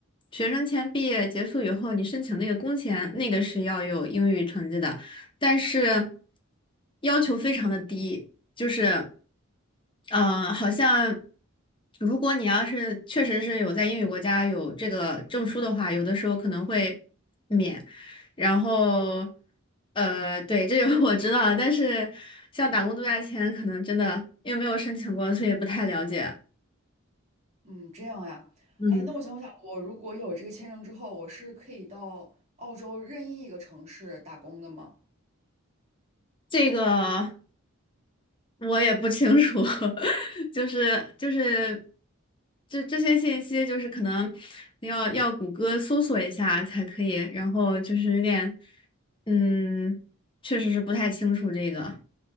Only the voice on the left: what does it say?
学生签毕业结束以后，你申请那个工签，那个是要有英语成绩的，但是要求非常的低，就是，嗯，好像如果你要是确实是有在英语国家有这个证书的话，有的时候可能会免，然后，呃，对，这个 <laughs> 我知道但是像打工度假签，可能真的因为没有申请过，所以不太了解。
嗯。
这个我也不清楚，<laughs> 就是就是这这些信息，就是可能要要谷歌搜索一下才可以，然后就是有点，嗯，确实是不太清楚这个。